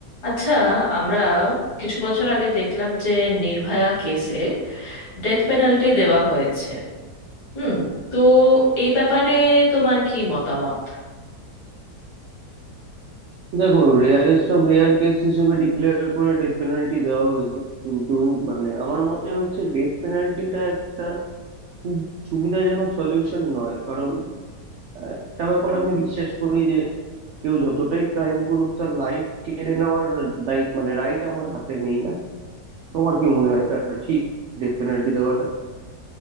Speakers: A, on the left; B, on the right.
A: আচ্ছা আমরা কিছু বছর আগে দেখলাম যে নির্ভয়া কেসে ডেথ পেনাল্টি দেওয়া হয়েছে হুম তো এই ব্যাপারে তোমার কি মতামত
B: দেখো rarest of rare case হিসেবে declare করে ডেথ পেনাল্টি দেওয়া হয়েছে কিন্তু মানে আমার মতে হচ্ছে ডেথ পেনাল্টিটা একটা খুব সুবিধাজনক সলিউশন নয় কারণ আহ, একটা ব্যাপার আমি বিশ্বাস করি যে কেউ যতটাই ক্রাইম করুক তার লাইফ কেড়ে নেওয়ার দায়িত্ব মানে রাইট আমার হাতে নেই না তোমার কি মনে হয় এটা ঠিক ডেথ পেনাল্টি দেওয়াটা